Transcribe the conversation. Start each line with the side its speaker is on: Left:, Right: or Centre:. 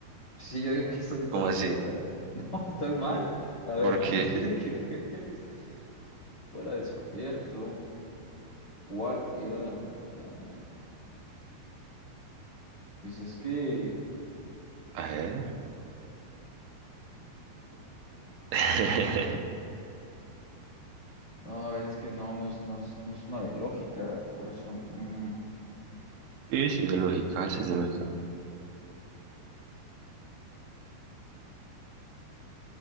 Left: sí, yo digo que esa es
Right: ¿cómo
Left: la respuesta.
Right: así?
Left: No, <laughs> estoy mal. A ver,
Right: Porque,
Left: <laughs> antes de que el Everest fuera descubierto, ¿cuál era la montaña? Pues es que...
Right: a ver.
Left: antes de que el Everest-
Right: <laughs>
Left: No, a ver, es que no, no, es- no, es- no es una de lógica, por eso... mm.
Right: Sí, sí, es de lógica, sí, es de lógica.